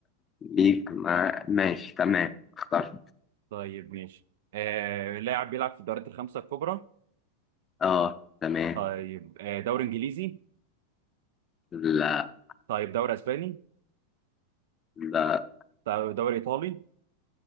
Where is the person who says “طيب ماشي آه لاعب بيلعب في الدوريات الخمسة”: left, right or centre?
Right